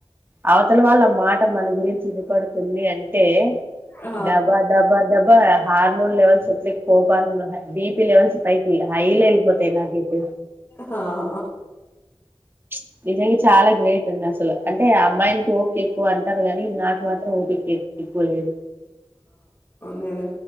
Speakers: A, on the right; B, on the left.
A: అవతల వాళ్ళ మాట మన గురించి వి పడుతుంది అంటే
B: ఆ
A: దబా దబా దబా హార్మోన్ లవెల్స్ ఉట్లే కోపాన్ బిపిి లవెల్స్ పై హైల వెల్పోతేాయి నాగైతే
B: హాా
A: ప్చ్ నిజం గా చాలా గ్రేట్ అండి అసలు అంటే అబ్బాయికి ఓపికేక్కువ అంట ంటారు కాని నాకు మాత్రం ఊప ఎక్కువలేదు
B: నేను